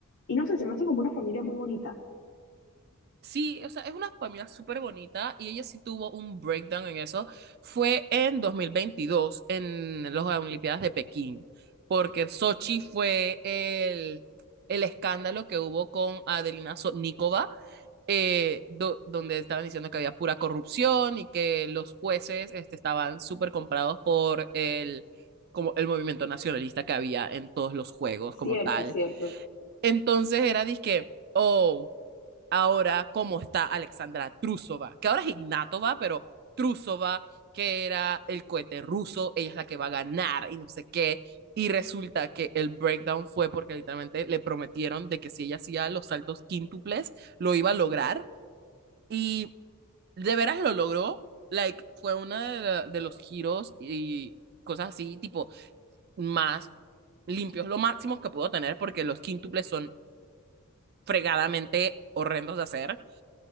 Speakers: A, on the left; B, on the right.
A: y no sé, se me hace como una familia muy bonita.
B: Sí, o sea, es una familia súper bonita y ella sí tuvo un breakdown en eso. Fue en 2022 en las Olimpiadas de Pekín, porque Sochi fue el, el escándalo que hubo con Adelina Sotnikova, eh, do- donde estaban diciendo que había pura corrupción y que los jueces este, estaban súper comprados por el, como el movimiento nacionalista que había en todos los juegos
A: Cierto,
B: como tal.
A: cierto.
B: Entonces era disque, oh ahora cómo está Alexandra Trusova, que ahora es Ignatova, pero Trusova, que era el cohete ruso, ella es la que va a ganar y no sé qué. Y resulta que el breakdown fue porque literalmente le prometieron de que si ella hacía los saltos quíntuples, lo iba a lograr. Y de veras lo logró. Like, fue uno de, la- de los giros y cosas así, tipo, más limpios, lo máximo que pudo tener, porque los quíntuples son fregadamente horrendos de hacer.